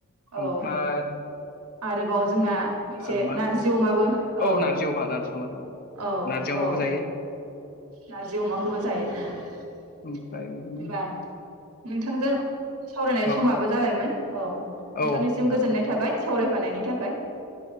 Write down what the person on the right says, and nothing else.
औ
आरोबाव जोंना मोनसे
नारजि
अमाबो औ
औ
औ
नारजि अमाखौबो जायो। होनबा
नोंथांजों सावरायनाय
समाबो जाबायमोन औ नोंथांनिसिम
गोजोननाय थाबाय सावराय बानायनि थाखाय